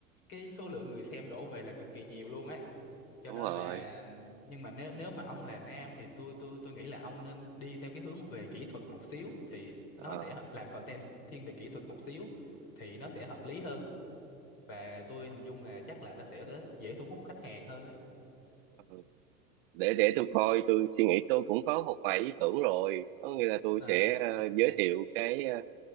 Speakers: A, on the left; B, on the right.
A: cái số lượng người xem đổ về là cực kỳ nhiều luôn ấy cho
B: đúng
A: nên
B: rồi
A: là nhưng mà nếu nếu mà ông là nam thì tôi tôi tôi nghĩ là ông nên đi theo cái hướng về kỹ thuật một xíu thì nó
B: Ờ,
A: sẽ hợp- làm content thiên về kỹ thuật một xíu thì nó sẽ hợp lý hơn và tôi hình dung là chắc là nó sẽ đỡ- dễ thu hút khách hàng hơn ấy
B: ừ. để để tôi coi tôi suy nghĩ tôi cũng có một vài ý tưởng rồi có nghĩa là tôi
A: à
B: sẽ ờ, giới thiệu cái ờ,